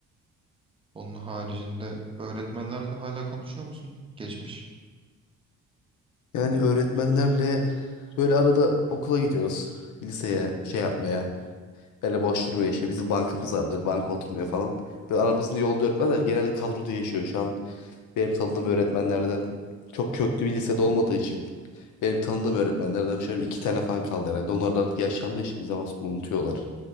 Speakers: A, on the right (about 20°); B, on the left (about 75°).
A: Onun haricinde öğretmenlerle hala konuşuyor musun? Geçmiş.
B: Yani öğretmenlerle böyle arada okula gidiyoruz. Liseye şey yapmaya. Böyle boş durmuyor işte. Bizim bankamız var böyle banka oturmuyor falan. Böyle aramızda yolda öğretmenler genelde kadroda yaşıyor. Şu an benim tanıdığım öğretmenlerden çok köklü bir lisede olmadığı için benim tanıdığım öğretmenlerden şöyle iki tane fan kaldı herhalde. Onlar da artık yaşlandığı için bir zaman sonra unutuyorlar.
A: Hı hı.